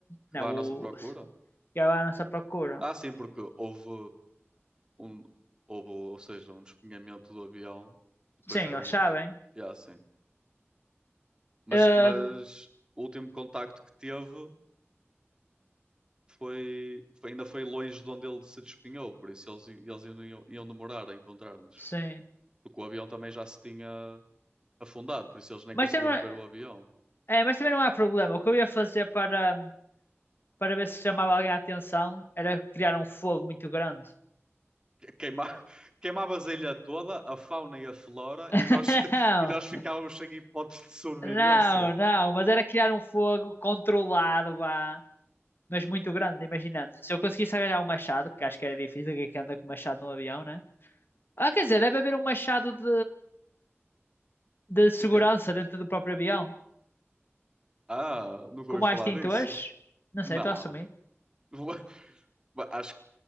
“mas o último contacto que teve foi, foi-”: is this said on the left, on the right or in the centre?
Right